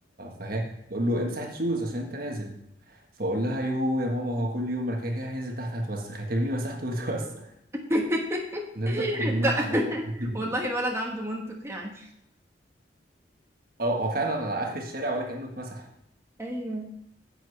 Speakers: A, on the right; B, on the right.
A: فهي كانت بتقول له امسح الشوز عشان انت نازل فاقول لها يو يا ماما هو كل يوم انا كده كده هنزل تحت هتوسخ هتبني مسحته وتوسخ <laughs>
B: <laughs>
A: نفضل كل يوم
B: ده <laughs>
A: في نفس التكتيك دي
B: والله الولد عنده منطق يعني
A: اه هو فعلا على اخر الشارع ولا كانه اتمسح
B: ايوه